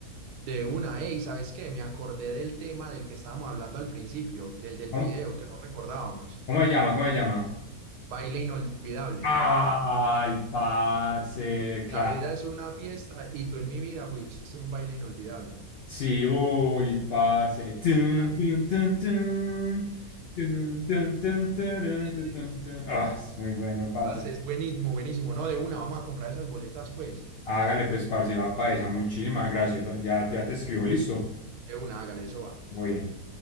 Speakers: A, on the right (about 85°); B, on the left (about 80°).
A: De una, hey, ¿sabes qué? Me acordé del tema del que estábamos hablando al principio, del del
B: ¿Cómo,
A: video que no recordábamos.
B: cómo se llama? ¿Cómo se llama?
A: Baile inolvidable.
B: Ay, parce,
A: La
B: claro.
A: vida es una fiesta y tú en mi vida fuiste un baile inolvidable.
B: Sí, uy, parce. ahí, tun,
A: Tal.
B: tun, tun, tun, tun, tun, tun, tarun,
A: Sí,
B: tun,
A: sí.
B: tun, tun. Ah, es muy bueno, parce.
A: Parce, es buenísimo, buenísimo. No, de una, vamos a comprar esas boletas, pues.
B: Hágale, pues, parce, va para esa. Muchísimas gracias. Ya, ya te escribo, listo.
A: De una, hágale, eso va.
B: Muy bien.